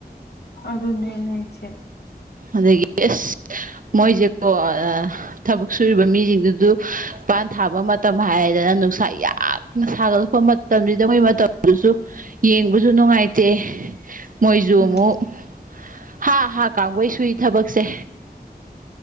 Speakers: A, on the left; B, on the right.
A: ꯑꯗꯨꯅ ꯏꯆꯦ
B: ꯑꯗꯒꯤ ꯑꯁ ꯃꯣꯏꯖꯦ ꯀꯣ ꯊꯕꯛ ꯁꯨꯔꯤꯕ ꯃꯤꯁꯤꯡꯗꯨꯁꯨ ꯄꯥꯟ ꯊꯥꯕ ꯃꯇꯝ ꯍꯥꯏꯔꯦꯗꯅ ꯅꯨꯡꯁꯥ ꯌꯥꯝ ꯁꯥꯒꯠꯂꯛꯄ ꯃꯇꯝꯁꯤꯗ ꯑꯩꯈꯣꯏ ꯃꯇꯝ ꯑꯗꯨꯁꯨ ꯌꯦꯡꯕꯁꯨ ꯅꯨꯡꯉꯥꯏꯇꯦ ꯃꯣꯏꯁꯨ
A: ꯎꯝ
B: ꯑꯃꯨꯛ ꯍꯥꯥ ꯍꯥ ꯀꯥꯝꯒꯩ ꯁꯨꯏ ꯊꯕꯛꯁꯦ